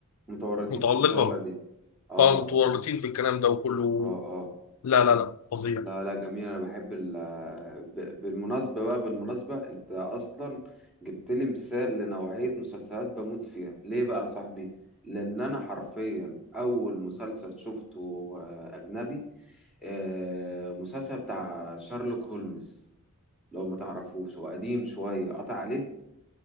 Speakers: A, in the centre; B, on the left.
A: متورطين
B: متعلقة
A: في الشغلة دي اه
B: اه متورطين
A: اه
B: في الكلام ده وكله
A: اه اه
B: لا لا لا فظيع
A: لا لا جميل انا بحب ال ب- بالمناسبة بقى بالمناسبة انت اصلا جبت لي مثال لنوعية مسلسلات بموت فيها ليه بقى يا صاحبي لان انا حرفيا اول مسلسل شفته آه، اجنبي آه، مسلسل بتاع شارلوك هولمز لو ما تعرفوش هو قديم شوية قطع عليه